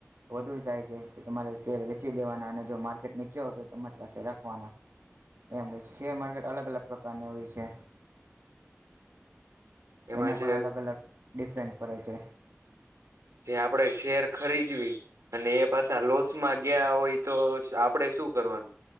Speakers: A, on the right; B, on the right.
A: વધુ જાય છે તો તમારે શેર વેચી દેવાના અને જો માર્કેટ ની જાઓ તો તમારી પાસે રાખવાના એમ શેર માર્કેટ અલગ અલગ પ્રકારની હોય છે
B: એમાં
A: એના
B: જે
A: પણ અલગ અલગ ડિફરન્ટ પડે છે
B: જે આપણેે શેર ખરીદવી અને એ પાછા લોસ માં ગયા હોય તો આપડે શું કરવાનું